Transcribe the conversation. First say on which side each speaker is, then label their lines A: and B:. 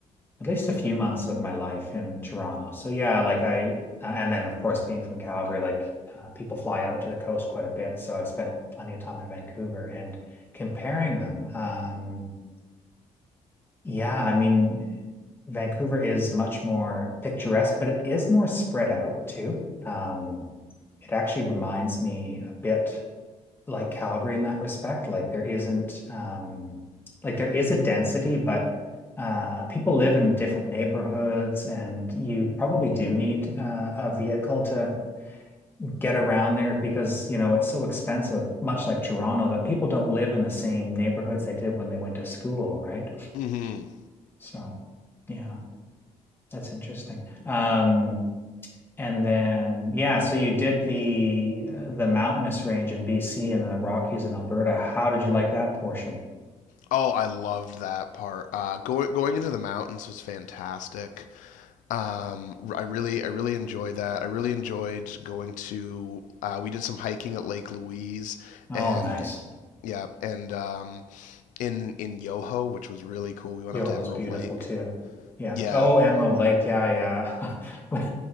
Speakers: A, on the left; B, on the left.
A: at least a few months of my life in Toronto. So yeah, like I uh, and then of course being from Calgary, like uh, people fly out to the coast quite a bit, so I've spent plenty of time in Vancouver and comparing them. Um Yeah, I mean, Vancouver is much more picturesque, but it is more spread out too. Um, it actually reminds me a bit like Calgary in that respect. Like there isn't, um, like there is a density, but uh, people live in different neighborhoods, and you probably do need uh, a vehicle to get around there because you know it's so expensive, much like Toronto, that people don't live in the same neighborhoods they did when they went to school, right?
B: hmm
A: So, yeah. That's interesting. Um, and then yeah, so you did the uh, the mountainous range in BC and then the Rockies in Alberta. How did you like that portion?
B: Oh, I loved that part. Uh, going going into the mountains was fantastic. Um, r- I really I really enjoyed that. I really enjoyed going to. Uh, we did some hiking at Lake Louise,
A: Oh,
B: and
A: nice.
B: yeah, and um, in in Yoho, which was really cool. We went
A: Yo,
B: up to Emerald
A: it's beautiful
B: Lake.
A: too. Yeah.
B: Yeah.
A: Oh, Emerald
B: <laughs>
A: Lake. Yeah, yeah. <laughs> When-